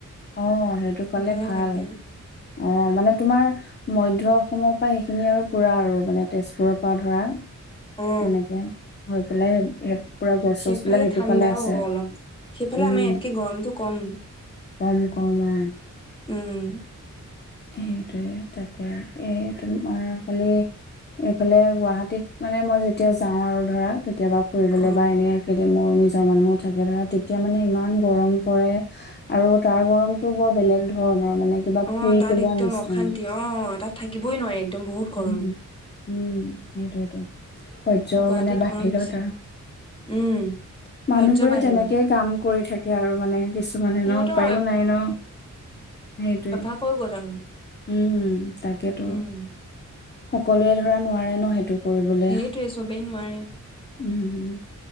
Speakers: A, on the left; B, on the left.
A: অ', সেইটোফালে
B: সেইফালে
A: ভাল
B: থাকে
A: অ', মানে তোমাৰ মধ্য অসমৰ পৰা সেইখিনি আৰু পুৰা আৰু মানে তেজপুৰৰ পৰা ধৰা
B: অ
A: এনেকে হৈ পেলাই পুৰা গছ
B: সেইফালে
A: চছবিলাক সেইটোফালে
B: ঠাণ্ডাও
A: আছে,
B: অলপ সেইফালে
A: উম।
B: আমাৰ ইয়াতকে গৰমটো কম
A: কম কম অ'।
B: উম
A: সেইটোৱে তাকে এই তোমাৰ খালি এইফালে গুৱাহাটীত মানে মই যেতিয়া যাওঁ আৰু ধৰা কেতিয়াবা ফুৰিবলৈ
B: অ
A: বা এনে মোৰ নিজৰ মানুহো থাকে ধৰা তেতিয়া মানে ইমান গৰম পৰে আৰু তাৰ গৰমটো বৰ বেলেগ ধৰণৰ মানে। কিবা
B: অ',
A: পুৰি
B: তাত
A: পেলোৱা
B: একদম
A: নিচিনা
B: অশান্তি অ', তাত থাকিবই নোৱাৰি। একদম বহুত গৰম
A: উম, উম, সেইটোৱেটো
B: গুৱাহাটীত
A: মানে বাহিৰত
B: গৰম বেছি
A: আৰু
B: উম
A: মানুহবোৰে
B: সহ্য বাহিৰত
A: তেনেকে কাম কৰি থাকে আৰু মানে কিছুমানে
B: সিহঁতৰ
A: ন' উপায়ো নাই ন' সেইটোৱে।
B: আকৌ গল <inaudible>
A: উম তাকেতো
B: উম
A: সকলোৱে ধৰা নোৱাৰে ন' সেইটো। কৰিবলে
B: সেইটোৱে চবেই নোৱাৰে
A: উম